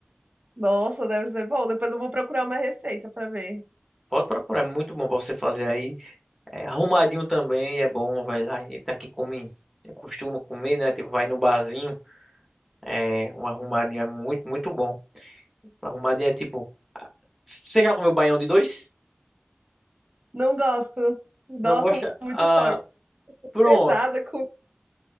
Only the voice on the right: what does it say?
Nossa, deve ser bom. Depois eu vou procurar uma receita pra ver.
Não gosto. Nossa,
muito
forte.
Pesada com.